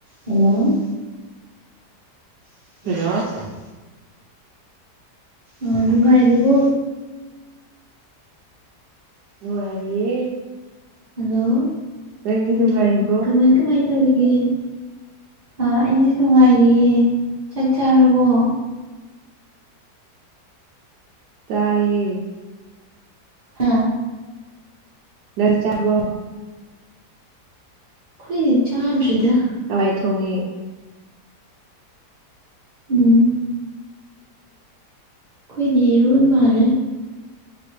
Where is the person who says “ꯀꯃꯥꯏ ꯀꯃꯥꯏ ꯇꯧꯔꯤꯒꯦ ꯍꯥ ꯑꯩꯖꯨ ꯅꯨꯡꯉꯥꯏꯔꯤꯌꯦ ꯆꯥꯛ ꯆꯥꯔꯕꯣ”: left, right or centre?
Right